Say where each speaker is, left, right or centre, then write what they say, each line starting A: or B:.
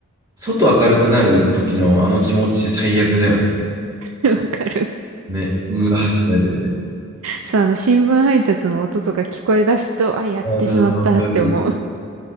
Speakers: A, on the right (about 15°); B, on the right (about 75°).
A: 外明るくなる時のあの気持ち最悪だよね。
B: <laughs> わかる。
A: ね。うわってなるよね。
B: そう、あの、新聞配達の音とか聞こえ出すと、あ、やってしまったって思う。
A: ああ、わかる。